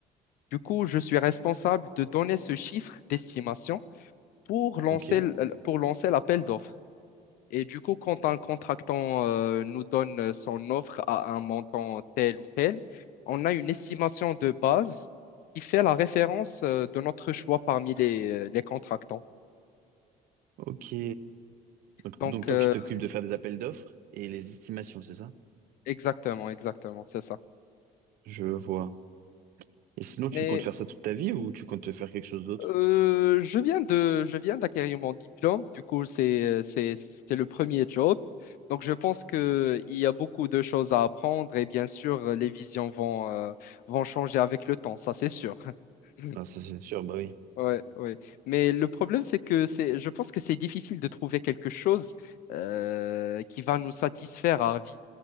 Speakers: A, on the left (about 70°); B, on the right (about 70°).
A: Du coup, je suis responsable de donner ce chiffre d'estimation pour lancer,
B: Ok.
A: l- pour lancer l'appel d'offres. Et du coup, quand un contractant euh, nous donne son offre à un montant tel ou tel, on a une estimation de base qui fait la référence euh, de notre choix parmi les, euh, les contractants.
B: Ok. Donc,
A: Donc,
B: donc toi,
A: euh,
B: tu t'occupes de faire des appels d'offres et les estimations, c'est ça?
A: exactement, exactement, c'est ça.
B: Je vois. Et sinon, tu
A: Mais
B: comptes faire ça toute ta vie ou tu comptes faire quelque chose d'autre?
A: euh, je viens de, je viens d'acquérir mon diplôme. Du coup, c'est, euh, c'est, c'est le premier job. Donc, je pense qu'il y a beaucoup de choses à apprendre et bien sûr, les visions vont, euh, vont changer avec le temps, ça c'est sûr. <laughs>
B: Ah, ça, c'est sûr, bah oui.
A: Ouais, ouais. Mais le problème, c'est que c'est, je pense que c'est difficile de trouver quelque chose euh, qui va nous satisfaire à vie.